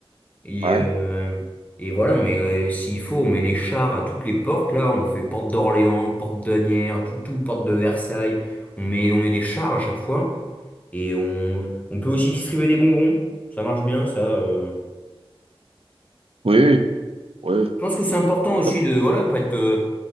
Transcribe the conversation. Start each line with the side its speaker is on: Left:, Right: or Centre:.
Left: Et,
Right: Ouais,
Left: euh, et voilà, on met, euh, s'il faut, on met les chars à toutes les portes, là, on fait porte d'Orléans, porte d'Asnières, tout, tout, porte de Versailles, on met, on met des chars à chaque fois. Et on, on peut aussi distribuer des bonbons. Ça marche bien, ça. euh.
Right: oui, oui,
Left: Je pense que c'est important aussi
Right: ça peut.
Left: de voilà, pas être, euh,